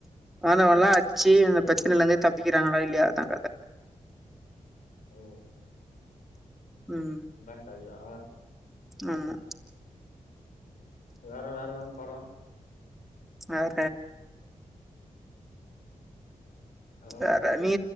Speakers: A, in the centre; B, on the left.
A: வந்தவன்
B: ம்
A: எல்லா அடிச்சு அந்த இதுலருந்து தப்பிக்கிறாங்களா இல்லையா தாங்க கத
B: ஓ
A: ம்
B: இந்தா காவியா
A: ஆமா
B: வேற வேற எதனா படோ
A: வேற
B: என்ன
A: வேற
B: இருக்கு
A: நீ